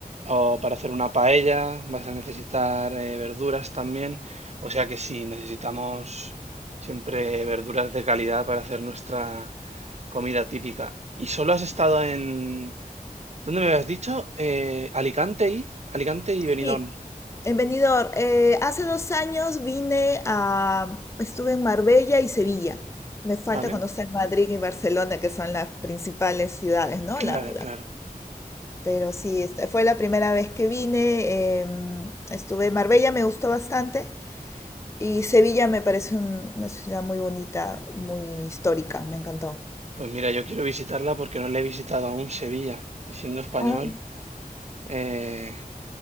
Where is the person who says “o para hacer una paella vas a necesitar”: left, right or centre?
Right